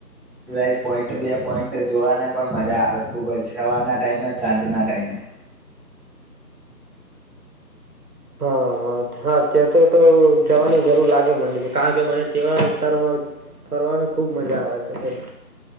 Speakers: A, in the centre; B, on the right.
A: પ્લસ પોઈન્ટ બે પોઈન્ટ જોવાને પણ મજા આવે ખુબ જ સવારના ટાઈમે સાંજના ટાઈમે
B: હા હા હા ત્યાં તો તો જવાની જરૂર લાગે મને કારણ કે મને તેવા વિસ્તારોમાં ફરવાની ખુબ મજા આવે છે.